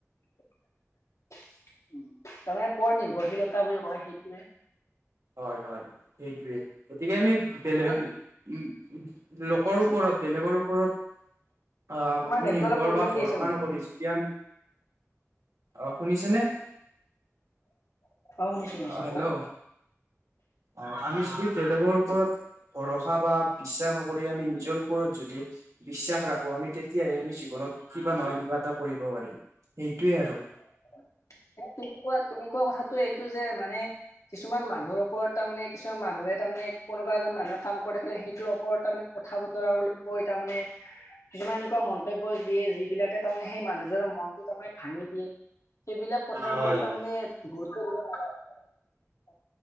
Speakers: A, on the left; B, on the right.
A: <inaudible> উম, তাৰমানে পৰ নিৰ্ভৰশীলতা বুলি কয় সেইটোৱে।
B: হয়-হয় সেইটোৱে গতিকে আমি বেলেগ
A: এ
B: উম লকৰ
A: কোৱাচোন
B: ওপৰত বেলেগৰ ওপৰত আ,
A: তোমাৰ নেটটো
B: নিৰ্ভৰ
A: অলপ প্ৰব্লেম
B: বা ভৰসা
A: দি আছে বন্ধু
B: নকৰি যদি আমি অ' শুনিছা নে?
A: অ'। শুনিছোঁ-শুনিছোঁ
B: অ হেল্ল'
A: কোৱা?
B: অ আমি যদি বেলেগৰ ওপৰত ভৰসা বা, বিশ্বাস নকৰি আমি নিজৰ ওপৰত যদি বিশ্বাস ৰাখোঁ, আমি তেতিয়াহে আমি জীৱনত কিবা নহয় কিবা, কৰিব পাৰিম সেইটোৱে আৰু
A: <unintelligible> তুমি কোৱা তুমি কোৱা কথাটো এইটো যে মানে কিছুমান মানুহৰ ওপৰত তাৰমানে কিছুমান মানুহে তাৰমানে কোনোবা এজন মানুহে কাম কৰি থাকিলে, সেইটোৰ ওপৰত তাৰমানে, কথা-বতৰা বুলি কৈ তাৰমানে কিছুমান এনেকুৱা মন্তব্য দিয়ে যিবিলাকে তাৰমানে সেই মানুহজনৰ। মনটো তাৰমানে ভাঙি দিয়ে। সেইবিলাক কথাৰ
B: হয়
A: ওপৰত,
B: হয়
A: তাৰমানে গুৰুত্ব-